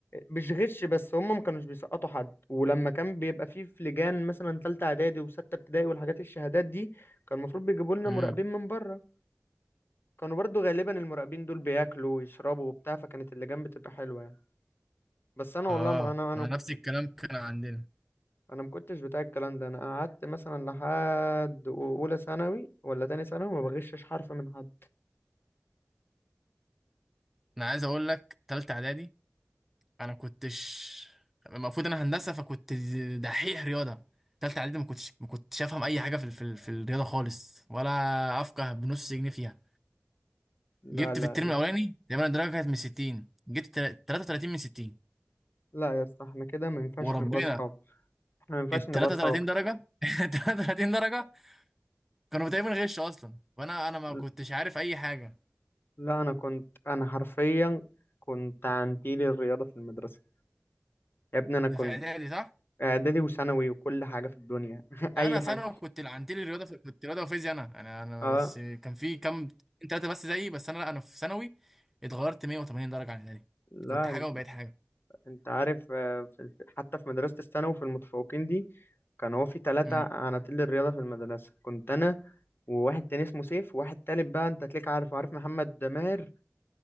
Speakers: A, on the left; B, in the centre.
A: مش غش بس هم ما كانوش بيسقطوا حد ولما كان بيبقى فيه في لجان مثلا تالتة اعدادي وستة ابتدائي والحاجات الشهادات دي كان المفروض بيجيبوا لنا
B: امم
A: مراقبين من بره كانوا برضو غالبا المراقبين دول بياكلوا ويشربوا وبتاع فكانت اللجان بتبقى حلوة يعني بس انا والله
B: اه
A: ما انا انا
B: انا
A: ما كنت
B: نفس الكلام كان عندنا
A: انا ما كنتش بتاع الكلام ده انا قعدت مثلا لحد اولى ثانوي ولا تاني ثانوي ما بغشش حرف من حد
B: انا عايز اقول لك تالتة اعدادي انا كنتش المفروض انا هندسه فكنت دحيح رياضه تالتة اعدادي ما كنتش ما كنتش افهم اي حاجه في ال- في ال- في الرياضه خالص ولا افقه بنص جنيه فيها
A: لا
B: جبت
A: لا
B: في الترم الاولاني تقريبا الدرجه كانت من 60 جبت تل- 33 من 60
A: لا يا اسطى احنا كده ما ينفعش
B: وربنا
A: نبقى اصحاب احنا ما ينفعش
B: ال
A: نبقى
B: 33
A: اصحاب
B: درجه <laughs> 33 درجه كانوا تقريبا غش اصلا وانا انا ما
A: ل-
B: كنتش عارف اي حاجه
A: لا انا كنت انا حرفيا كنت عنتيل الرياضه في المدرسه يا ابني انا كنت
B: ده في اعدادي صح
A: اعدادي وثانوي وكل حاجه في الدنيا <laughs>
B: ده
A: اي
B: انا ثانوي
A: حاجه
B: كنت عندي لي رياضه في... كنت رياضه وفيزياء انا انا انا
A: اه
B: بس كان في كام ثلاثه بس زيي بس انا لا انا في ثانوي اتغيرت 180 درجه عن الاعدادي
A: لا
B: كنت حاجه
A: انت,
B: وبقيت حاجه
A: انت عارف آه، في- في- حتى في مدرسه الثانوي في المتفوقين دي كان هو في ثلاثه
B: امم
A: عناتيل الرياضه في المدرسه كنت انا وواحد تاني اسمه سيف وواحد تالت بقى انت تلاقيك عارف عارف محمد ماهر